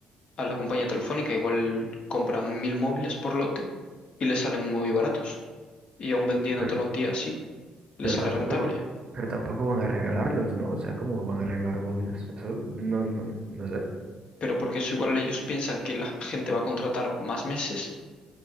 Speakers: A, on the left; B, on the right.
A: a la compañía telefónica. Igual compran mil móviles por lote y le salen muy baratos. Y aún vendiéndotelo
B: Pero,
A: a ti así, le
B: pero
A: sale
B: tampoco,
A: rentable.
B: pero tampoco van a regalarlos, ¿no? O sea, ¿cómo van a regalar móviles? Eso no, no, no sé.
A: Pero porque eso igual ellos piensan que la gente va a contratar más meses